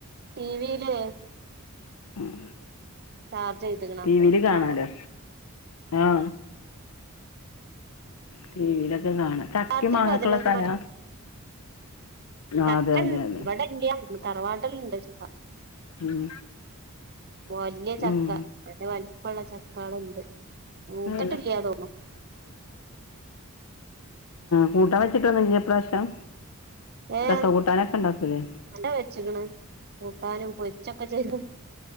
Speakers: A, on the right; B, on the left.
A: ടി വി യിലല്ലേ
B: ഉം
A: ചാർജ് ചെയ്ത്ക്ക്ണ്
B: ടിവില്
A: അപ്പൊ
B: കാണാലോ
A: കാണും
B: ആഹ് ടി വി ലൊക്കെ കാണാ ചക്കിം
A: രാത്രി
B: മാങ്ങക്കുള്ള
A: പതിനൊന്ന്
B: സ്ഥലാ ആ
A: ചക്കൻ
B: അതെ അതെ അതെ
A: ഇവട ഇല്ല തറവാട്ട്ല് ഇണ്ട് ചക്ക
B: ഉം
A: വല്ല്യ ചക്ക
B: ഉം
A: നല്ല വലുപ്പള്ള ചക്കാള്ണ്ട് മൂത്തിട്ടില്ല
B: <unintelligible> <unintelligible> ആഹ്
A: തോന്നുണു
B: കൂട്ടാം വെച്ചിട്ടൊന്നുല്ലേ ഇപ്രാവശ്യം
A: ഏഹ്
B: ചക്ക കൂട്ടാനൊക്കെ ഉണ്ടാക്കൂലേ
A: <unintelligible> വെച്ച്ക്ക്ണ് കൂട്ടാനും പൊരിച്ചൊക്കെ ചെയ്തു